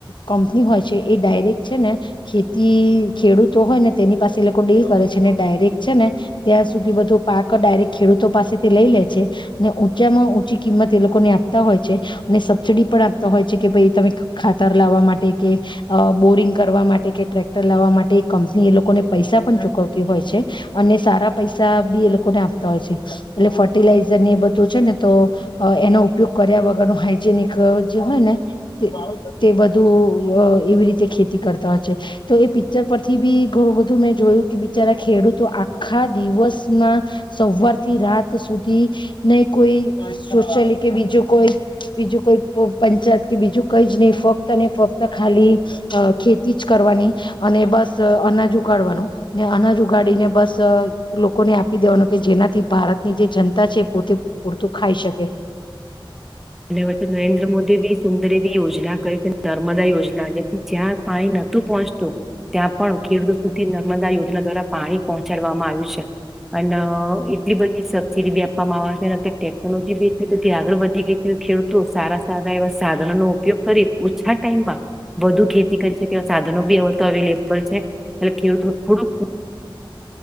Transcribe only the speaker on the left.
કંપની હોય છે એ ડાયરેક છે ને ખેતી ખેડૂતો હોય ને તેની પાસે એ લોકો ડીલ કરે છે ને ડાયરેક્ટ છે ને ત્યાં સુધી બધો પાક ડાયરેક્ટ ખેડૂતો પાસેથી લઈ લે છે, અને ઉંચામાં ઊંચી કિંમત એ લોકોને આપતા હોય છે અને સબસીિડી પણ આપતા હોય છે કે ભાઈ તમે ખાતર લાવવા માટે કે અહ, બોરિંગ કરવા માટે કે ટ્રેક્ટર લાવવા માટે કંપની એ લોકોને પૈસા પણ ચૂકવતી હોય છે અને સારા પૈસા બી એ લોકોને આપતા હોય છે એટલે ફ ફર્ટિલાઇઝર ને એ બધું છે ને તો અહ, એનો ઉપયોગ કર્યા વગરનું હાાઈજેનિક જે હોય ને તે, તે બધું એવી રીતે ખેતી કરતા હોય છે. તો એ પિક્ચર પરથી બી ઘણું બધું મેં જોયું કે બિચારા ખેડૂતો આખા દિવસમાં સવારથી રાત ત સુધી નહી કોઈ સોશયલી કે બીજું કોઈ બીજું કોઈ પંચાયત કે બીજું કઈ જ નહી ફક્ત ને ફક્ત ખાલી અહ, ખેતી જ કરવાની અને બસ અનાજ ઉગાડવાનું ને અનાજ ઉગાડીને બસ લોકોને આપી દેવાનું કે જેનાથી ભારત ની જે જનતા છે એ પોતે પૂરતું ખાઈ શકે.